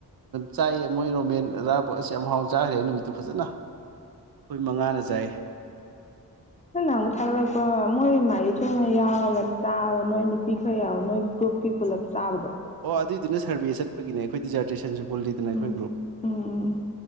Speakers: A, on the right; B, on the left.
A: ꯆꯥꯏꯑ ꯃꯣꯏ ꯔꯣꯃꯦꯟ ꯑꯔꯥꯕꯣꯠ ꯑꯁꯤ ꯌꯥꯝ ꯍꯥꯎ ꯆꯥꯈ꯭ꯔꯦ ꯅꯨꯃꯤꯠꯇꯨ ꯐꯖꯅ ꯑꯩꯈꯣꯏ ꯃꯉꯥꯅ ꯆꯥꯏꯌꯦ
B: ꯅ ꯃꯨ ꯊꯥ ꯂꯄꯣ ꯃꯣꯏ ꯃꯔꯤ ꯊꯣꯏ ꯃ ꯆꯥ ꯅꯣꯏ ꯅꯨꯄꯤꯈ ꯌꯥ ꯅꯣꯏ ꯀ꯭ꯔꯣꯞꯀꯤ ꯄꯨꯂꯞ ꯆꯥꯕꯗꯣ
A: ꯑꯣ ꯑꯗꯨꯏꯗꯨꯅ ꯁꯔꯚꯦ ꯆꯠꯄꯒꯤꯅꯦ ꯑꯩꯈꯣꯏ ꯗꯤꯖꯥꯔꯇꯦꯁꯟꯁꯨ ꯄꯨꯜꯂꯤꯗꯅ
B: ꯎꯝ
A: ꯑꯩꯈꯣꯏ ꯒ꯭ꯔꯨꯞ
B: ꯎꯝ